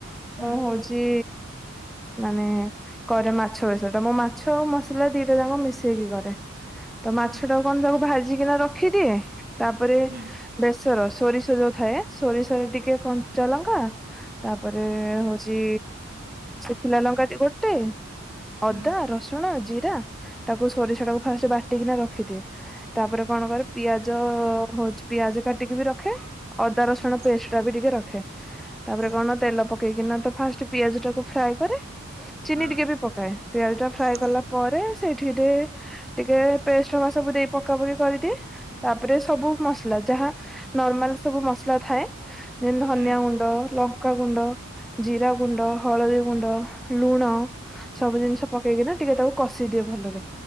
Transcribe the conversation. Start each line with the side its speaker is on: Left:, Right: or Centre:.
Right: ହୁଁ
Centre: ହଉଛି ହଉଛି ମାନେ କରେ ମାଛ ବେସର ମୁଁ ମାଛ ଆଉ ମସଲା ଦିଟା ଯାକ ମିଶେଇକି କରେ ତ
Right: ହୁଁ
Centre: ମାଛ ଟା ତାକୁ ଭାଜିକିନା ରଖିଦିଏ ତାପରେ
Right: ହୁଁ
Centre: ବେସର ସୋରିଷ ଯୋଉ ଥାଏ ସୋରିଷରେ ଟିକେ କଞ୍ଚା ଲଙ୍କା ତାପରେ ହଉଛି ସୁଖିଲା ଲଙ୍କା ଟି ଗୋଟେ ଅଦା
Right: ହୁଁ
Centre: ରସୁଣ ଜିରା ତାକୁ ସୋରିଷ ଟାକୁ ଫାଷ୍ଟ ବାଟିକିନା ରଖିଦିଏ ତାପରେ କଣ କରେ ପିଆଜ ହଉଛି ପିଆଜ କାଟିକି ବି ରଖେ ଅଦା ରସୁଣ
Right: ହୁଁ
Centre: ପେଷ୍ଟ ଟା ବି ଟିକେ ରଖେ ତାପରେ
Right: ହୁଁ
Centre: କଣ ତେଲ ପକେଇକିନା ତ ଫାଷ୍ଟ ପିଆଜ ଟାକୁ ଫ୍ରାଏ କରେ ଚିନି
Right: ହଁ
Centre: ଟିକେ ବି ପକାଏ ପିଆଜ ଟା ଫ୍ରାଏ
Right: ହଁ।
Centre: କଲା ପରେ ସେଇଥିରେ ଟିକେ ପେଷ୍ଟ ହକା ସବୁ ଦେଇ ପକା ପକି କରିଦିଏ ତାପରେ ସବୁ ମସଲା ଯାହା ନର୍ମାଲ ସବୁ ମସଲା ଥାଏ ଯେମିତି ଧନିଆ
Right: ହୁଁ
Centre: ଗୁଣ୍ଡ ଲଙ୍କାଗୁଣ୍ଡ ଜିରା ଗୁଣ୍ଡ ହଳଦୀ ଗୁଣ୍ଡ ଲୁଣ ସବୁ ଜିନିଷ ପକେଇକିନା ଟିକେ ତାକୁ କଷି ଦିଏ ଭଲରେ